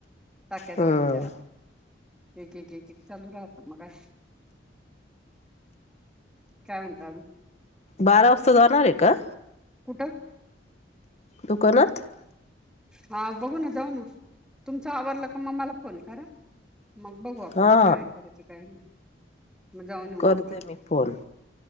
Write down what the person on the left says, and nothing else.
हम्म
बारा वाजता जाणार आहे का
दकानात
हा
करते
मी फोन